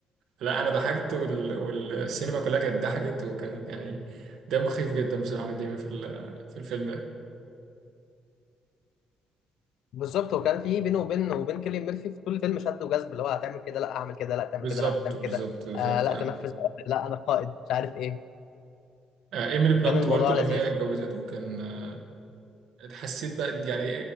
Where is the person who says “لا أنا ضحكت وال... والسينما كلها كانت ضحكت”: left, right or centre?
Right